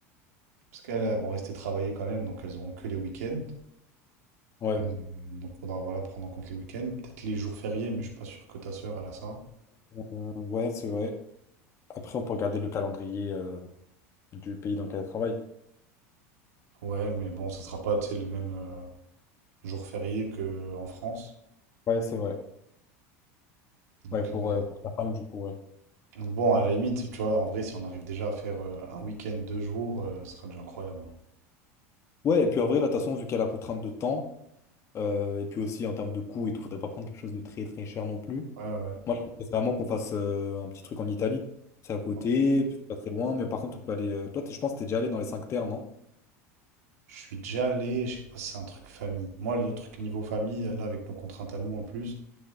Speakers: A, on the right (about 85°); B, on the left (about 35°).
A: Parce qu'elles elles vont rester travailler quand même, donc elles n'auront que les week-ends.
B: Ouais,
A: Euh, donc faudra voilà, prendre en compte les week-ends. Peut-être les jours fériés, mais je suis pas sûr que ta sœur elle a ça.
B: Euh, ouais, c'est vrai. Après, on peut regarder le calendrier euh, du pays dans lequel elle travaille.
A: Ouais, mais bon, ça sera pas tu sais, le même euh, jour férié qu'en France.
B: Ouais, c'est vrai.
A: Donc,
B: Ouais, pour,
A: euh,
B: euh, pour ta femme, du coup, ouais.
A: Donc Bon, à la limite, tu vois, en vrai, si on arrive déjà à faire euh, un week-end, deux jours, euh, ce sera déjà incroyable. hein.
B: Ouais, et puis en vrai, là, de toute façon, vu qu'elle a la contrainte de temps, euh, et puis aussi en termes de coût et tout, faudrait pas prendre quelque chose de très très cher non plus.
A: Ouais, ouais.
B: Moi, je propose vraiment qu'on fasse euh, un petit truc en Italie. C'est à côté,
A: Ouais.
B: c'est pas très loin, mais par contre, on peut aller. euh, Toi, t'es- je pense que t'es déjà allé dans les 5 terres, non?
A: Je suis déjà allé, je sais pas si c'est un truc famille. Moi, le truc niveau famille, là, avec nos contraintes à nous en plus,